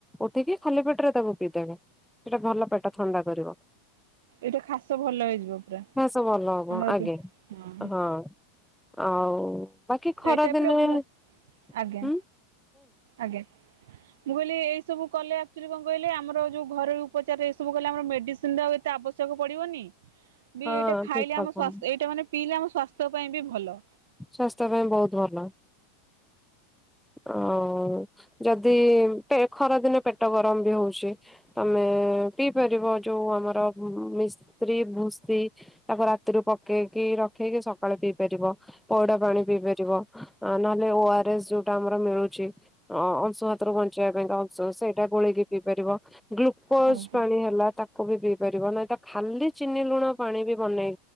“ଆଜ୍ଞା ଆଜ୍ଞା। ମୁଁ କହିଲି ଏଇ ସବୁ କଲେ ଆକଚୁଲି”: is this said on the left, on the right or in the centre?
Right